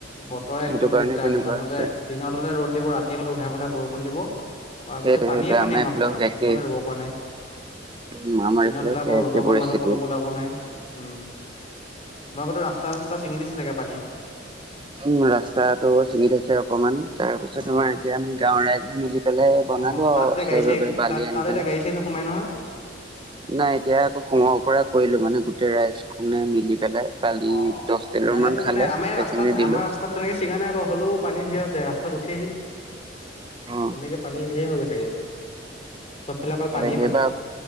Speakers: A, on the left; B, on the right.
A: বতৰে
B: সেইটো
A: একদম
B: কাৰণে
A: দিগদাৰ,
B: তেনেকুৱা
A: দিনত
B: হৈছে
A: হলে দিনত হলে ৰ'দ দিব ৰাতি হলে উধাই-মুধাই বৰষু বা
B: সেই
A: গোটেই
B: সেইটো
A: পানীয়েে পানী আমাৰ
B: এইফালেও
A: ফালে মানে
B: একেই
A: সেইটো কাৰানে ৰুব পৰা নাই
B: উম আমাৰ
A: দিনত
B: এইফালেও
A: হ'লে আকৌ
B: সেই
A: ৰ
B: একে
A: দকা
B: পৰিস্থিতি
A: মানহৰ লগকো লাভ নাই উম তোমাকতো ৰাস্তা চাস্তা চিঙি দিছে চাগে পানীয়ে
B: উম, ৰাস্তাটো ছিঙি থৈছে অকমান, তাৰ পিছত
A: উম
B: তোমাৰ এতিয়া আমি গাঁৱৰ ৰাইজে মিলি পেলাই বনালো
A: অ তাত এতিয়া গাড়ী
B: সেইবাবে
A: চাড়ী
B: বালি
A: তাত তাত
B: আনি
A: এতিয়া
B: পেলে
A: গাড়ী চাড়ী নোসোমাই নহয়
B: নাই এতিয়া আকৌ সোমৰ পৰা কৰিলো মানে গোটেই ৰাইজ খনে মিলি পেলাই বালি
A: অ' অ'
B: দহ টেলুৰ
A: আমাৰ ইয়াতো
B: মান খালে
A: মানে আমাৰ
B: সেইখিনি
A: ৰাস্তাত
B: দিলো
A: আমাৰ ৰাস্তাটো তেনেকে চিগা নাই বাৰু হলেও পানী ধঢে হৈছে ৰাস্তা াত উঠিহি
B: অ
A: তেনেকে পানী ঢেৰ হৈ গৈছোগে চবফালে
B: তাকে
A: অকল পানীয়েই পানী।
B: এইবাৰ